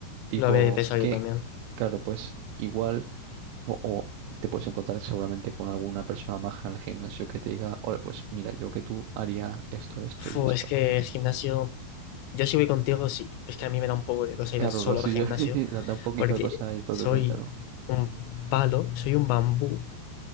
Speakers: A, on the right (about 85°); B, on the left (about 80°).
A: Tipo,
B: lo había pensado
A: que,
B: yo también.
A: claro, pues igual, o, o te puedes encontrar seguramente con alguna persona maja en el gimnasio que te diga, oye, pues mira, yo que tú haría esto, esto
B: Fu,
A: y esto.
B: es que el gimnasio, yo si voy contigo, sí, es que a mí me da un poco de cosa
A: Claro,
B: ir al- solo
A: lo suyo
B: al gimnasio,
A: <laughs> da da un poquito
B: porque
A: de cosa ir por
B: soy
A: tu cuenta, ¿no?
B: un palo, soy un bambú,